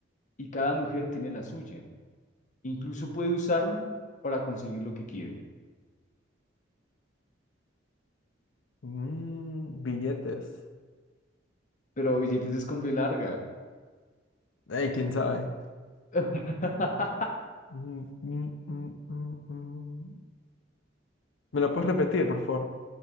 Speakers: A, on the left; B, on the left.
A: y cada mujer tiene la suya. Incluso puede usarme para conseguir lo que quiere.
B: Mm, billetes.
A: Pero billetes es con B larga.
B: Ey, quién sabe.
A: <laughs>
B: Mm, mm, mm, mm, mm. ¿Me la puedes repetir, por favor?